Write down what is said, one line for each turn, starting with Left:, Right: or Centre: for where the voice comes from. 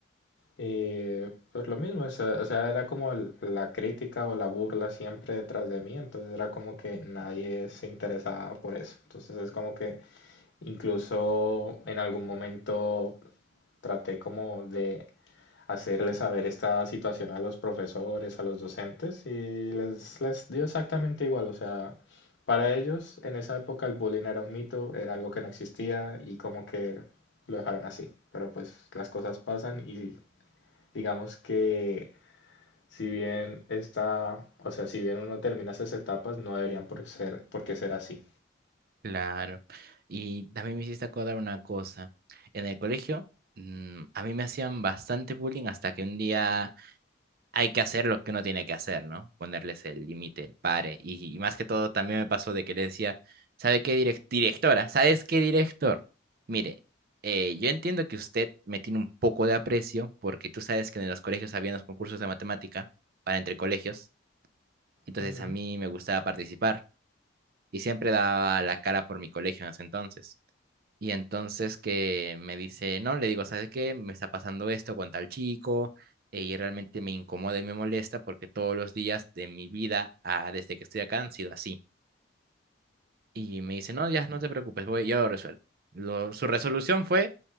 Left: Y pues lo mismo, o o sea, era como el- la crítica o la burla siempre detrás de mí, entonces era como que nadie se interesaba por eso. Entonces es como que incluso en algún momento traté como de hacerle saber esta situación a los profesores, a los docentes, y les, les dio exactamente igual, o sea, para ellos en esa época el bullying era un mito, era algo que no existía y como que lo dejaron así. Pero pues las cosas pasan y digamos que si bien está, o sea, si bien uno termina esas etapas, no deberían por ser, por qué ser así.
Right: Claro. Y también me hiciste acordar una cosa. En el colegio, mm, a mí me hacían bastante bullying hasta que un día hay que hacer lo que uno tiene que hacer, ¿no? Ponerles el límite, el pare. Y, y más que todo, también me pasó de que le decía, ¿sabe qué direc- directora? ¿Sabes qué director? Mire, eh, yo entiendo que usted me tiene un poco de aprecio porque tú sabes que en los colegios había los concursos de matemática para entre colegios. Entonces
Left: Ujú.
Right: a mí me gustaba participar y siempre daba la cara por mi colegio en ese entonces. Y entonces que me dice, no, le digo, ¿sabes qué? Me está pasando esto con tal chico eh, y realmente me incomoda y me molesta porque todos los días de mi vida ah, desde que estoy acá han sido así. Y me dice, no, ya no te preocupes, voy, yo lo resuelvo. Lo- su resolución fue